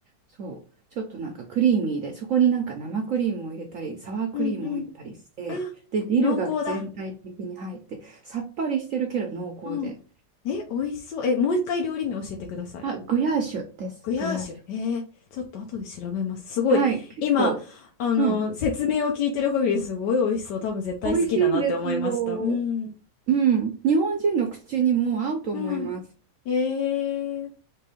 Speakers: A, on the right; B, on the left.
A: そう。ちょっとなんかクリーミーで、そこになんか生クリームを入れたり、サワークリームを入れたりして、
B: うんうん。あ、
A: で、ディルが全体的に入って、
B: 濃厚だ。
A: さっぱりしてるけど濃厚で。
B: うん。え、美味しそう。え、もう一回料理名教えてください。
A: あ、グヤーシュです。
B: グヤーシュ。
A: グヤーシュ。
B: えー、ちょっと後で調べます。すごい。
A: はい、結構、
B: 今、あの、
A: うん、
B: 説明を聞いてる限りすごい美味しそう。多分絶対好きだなって思いました。
A: 美味しいんですよ。
B: うん。
A: うん、日本人の口にも合うと思います。
B: うん。えー。